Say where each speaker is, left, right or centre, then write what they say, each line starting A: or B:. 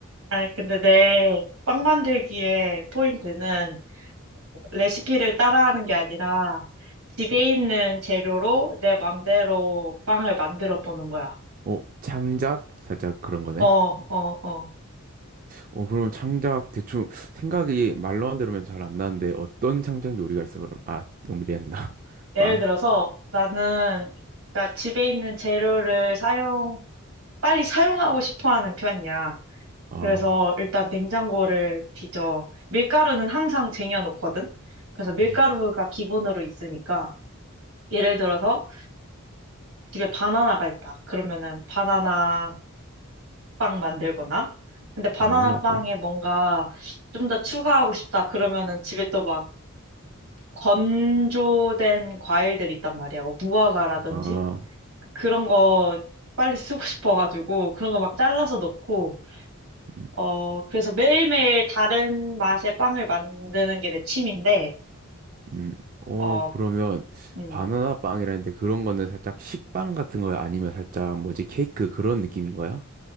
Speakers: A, on the right (about 80°); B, on the right (about 40°).
A: 아니, 근데 내 빵 만들기의 포인트는 레시피를 따라하는 게 아니라 집에
B: 어,
A: 있는 재료로 내 맘대로 빵을 만들어 보는 거야.
B: 어, 창작? 살짝 그런 거네.
A: 어, 어, 어.
B: 어, 그럼 창작 대충 생각이 말로만 들으면 잘 안 나는데 어떤 창작 요리가 있어, 그럼? 아, 용기리 했나? <laughs>
A: 예를
B: 빵?
A: 들어서 나는 그러니까 집에 있는 재료를 사용, 빨리 사용하고 싶어 하는 편이야.
B: 어,
A: 그래서 일단 냉장고를 뒤져. 밀가루는 항상 쟁여놓거든? 그래서 밀가루가
B: 음,
A: 기본으로 있으니까, 예를 들어서 집에 바나나가 있다. 그러면은 바나나 빵 만들거나, 근데 바나나
B: 바나나
A: 빵에
B: 빵?
A: 뭔가 좀 더 추가하고 싶다. 그러면은 집에 또 막 건조된 과일들이 있단 말이야. 뭐 무화과라든지?
B: 아,
A: 그런 거 빨리 쓰고 <laughs> 싶어가지고, 그런 거 막 잘라서 넣고,
B: 음,
A: 어, 그래서 매일매일 다른 맛의 빵을 만드는 게 내 취미인데,
B: 음. 어,
A: 어,
B: 그러면
A: 음.
B: 바나나 빵이라는데 그런 거는 살짝 식빵 같은 거야? 아니면 살짝 뭐지 케이크 그런 느낌인 거야?